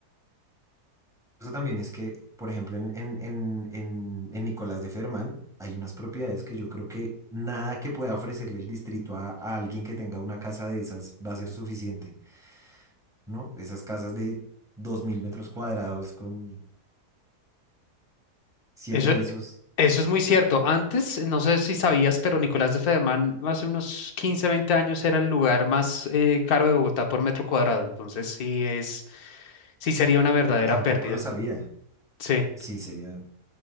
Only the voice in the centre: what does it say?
Eso también es que, por ejemplo, en, en, en, en, en Nicolás de Fermán hay unas propiedades que yo creo que nada que pueda ofrecerle el distrito a, a alguien que tenga una casa de esas va a ser suficiente. ¿no? Esas casas de 2.000 metros cuadrados con siete
pisos,
tampoco
lo sabía.
Sí, sería.